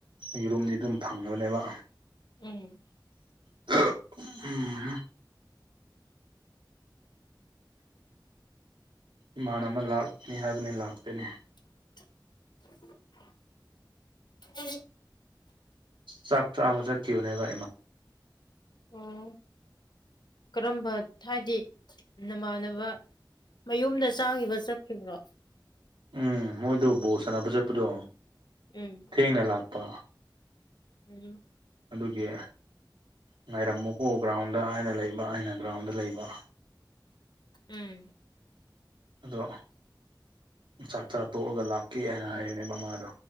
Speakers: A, on the right (about 85°); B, on the left (about 65°).
A: ꯌꯦꯔꯨꯝꯗꯤ ꯑꯗꯨꯝ ꯐꯪꯉꯕꯅꯦꯕ
B: ꯎꯝ
A: <unintelligible> ꯎꯝ ꯏꯃꯥꯟꯅꯕ ꯂꯥꯛꯅꯤ ꯍꯥꯏꯕꯅꯦ ꯂꯥꯛꯇꯦꯅꯦ
B: <unintelligible>
A: ꯆꯥꯛ ꯆꯥꯕ ꯆꯥꯠꯈꯤꯕꯅꯦꯕ ꯑꯦꯃ
B: ꯎꯝ ꯀꯔꯥꯝꯕ ꯊꯥꯏꯗꯤ ꯅꯃꯥꯟꯅꯕ ꯃꯌꯨꯝꯗ ꯆꯥꯒꯤꯕ ꯆꯠꯈꯤꯕ꯭ꯔꯣ
A: ꯎꯝ ꯃꯣꯏꯗꯣ ꯕꯣꯜ ꯁꯥꯟꯅꯕ ꯆꯠꯄꯗꯣ
B: ꯎꯝ
A: ꯊꯦꯡꯅ ꯂꯥꯛꯄ
B: ꯎꯝ
A: ꯑꯗꯨꯒꯤ ꯉꯥꯏꯔꯝꯃꯨꯀꯣ ꯒ꯭ꯔꯥꯎꯟꯗ ꯍꯥꯏꯅ ꯂꯩꯕ ꯑꯩꯅ ꯒ꯭ꯔꯥꯎꯟꯗ ꯂꯩꯕ
B: ꯎꯝ
A: ꯑꯗꯣ ꯆꯥꯛ ꯆꯥ ꯇꯣꯛꯑꯒ ꯂꯥꯛꯀꯦ ꯍꯥꯏꯅ ꯍꯥꯏꯕꯅꯦꯕ ꯃꯗꯣ